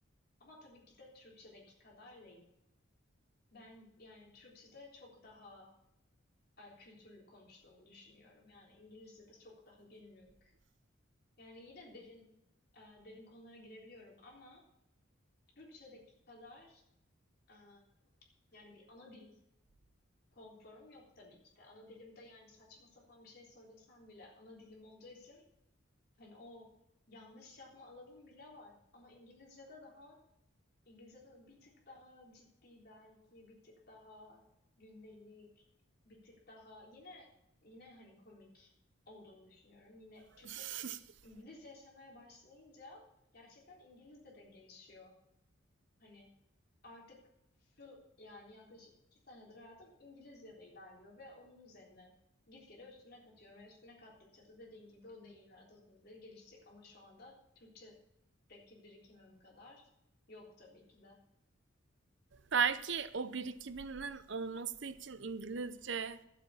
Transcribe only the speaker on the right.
<laughs>
Belki o birikiminin olması için İngilizce